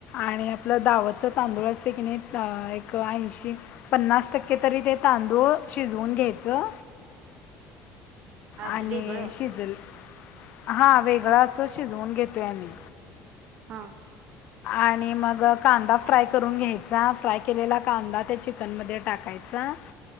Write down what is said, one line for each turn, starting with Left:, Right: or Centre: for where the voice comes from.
Left: आणि आपलं दावतच तांदूळ असते की नाही एक ऐंशी पन्नास टक्के तरी ते तांदूळ शिजवून घ्यायचं
Right: आधी
Left: आणि
Right: वेगळं
Left: शिजल हा वेगळं असं शिजवून घेतोय आम्ही
Right: हा
Left: आणि मग कांदा फ्राय करून घ्यायचा फ्राय केलेला कांदा त्या चिकनमध्ये टाकायचा